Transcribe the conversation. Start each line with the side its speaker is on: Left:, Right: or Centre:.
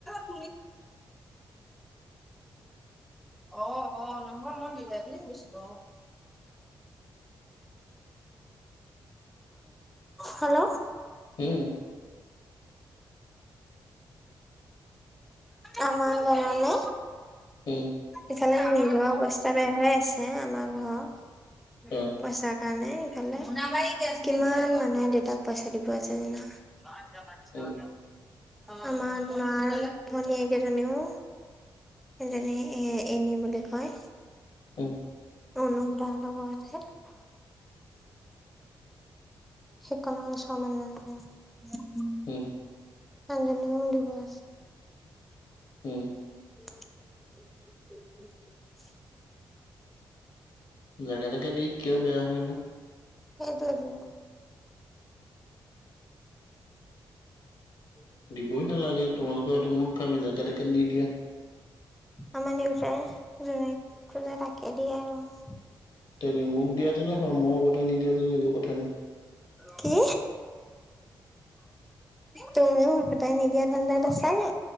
Centre: অ'। অ', অ', নহয় মই নিলে বুলি ভাবিছিলোঁ অ'। হেল্ল?
Left: উম।
Centre: আমাৰ গাওঁলে।
Left: উম।
Centre: ইফালে নিজৰ অৱস্থা বেয়া হৈ আছে আমাৰ ঘৰৰ।
Left: অ
Centre: পইচা কাৰণে এইফালে, কিমান মানুহে দেউতাক পইচা দিব আছে জানা। <unintelligible>
Left: উম
Centre: আমাৰ মাৰ ভনীয়েক এজনীও এজনি এ এনি বুলি কয়।
Left: উম
Centre: অনুপ দা হতৰ ঘৰত হে। সিকনৰ ওচৰৰ মানুহ এজনী,
Left: উম
Centre: মানুহজনিকো দিব আছে।
Left: উম
Centre: <unintelligible>
Left: জাকে তাকে দি কিয় বেয়া হয় নো।
Centre: সেইটোয়েটো। <inaudible>
Left: দিবই নালাগে, তোমালোকৰ সেইটো মূৰ্খামি যাকে তাকে দি দিয়া।
Centre: আমাৰ দেউতাই যোনে খোজে তাকে দিয়ে আৰু।
Left: তই কি মোক দিয়া মই উভতাই নিদিয়া হেঁতেন একো কথা নাই।
Centre: কি তুমিও উভতাই নিদিয়া ধান্দাত আছা নি।